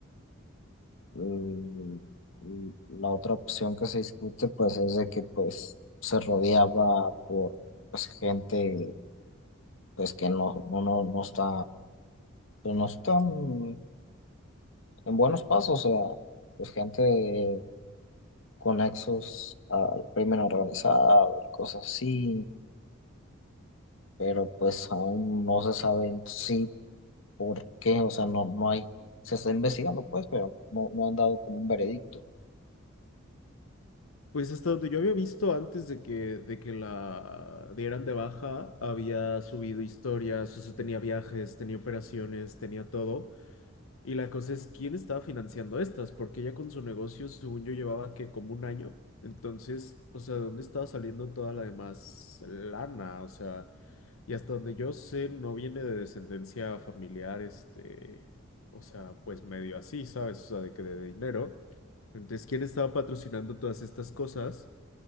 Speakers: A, on the left; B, on the left.
A: mm, la otra opción que se discute pues es de que pues se rodeaba por pues, gente pues que no, no, no, no está, pues, no están en buenos pasos, o sea, pues gente con nexos al crimen organizado y cosas así pero pues aún no se saben si por qué, o sea, no, no hay, se está investigando pues, pero no, no han dado como un veredicto.
B: Pues hasta donde yo había visto antes de que, de que la dieran de baja, había subido historias, o sea, tenía viajes, tenía operaciones, tenía todo. Y la cosa es, ¿quién estaba financiando estas? Porque ella con su negocio, según yo, llevaba que como un año. Entonces, o sea, ¿de dónde estaba saliendo toda la demás lana? O sea, y hasta donde yo sé, no viene de descendencia familiar, este, o sea, pues medio así, ¿sabes? O sea, de que de dinero. Entonces, ¿quién estaba patrocinando todas estas cosas?